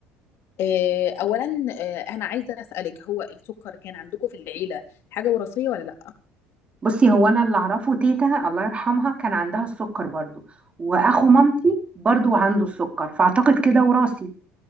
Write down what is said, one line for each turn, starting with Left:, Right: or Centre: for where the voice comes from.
Left: آه، اولا آه، انا عايزه اسالك هو السكر كان عندكم في العيله حاجه وراثيه ولا لا
Right: بصي هو انا اللي اعرفه تيتا الله يرحمها كان عندها السكر برضو واخو مامتي برضو عنده السكر فاعتقد كده وراثي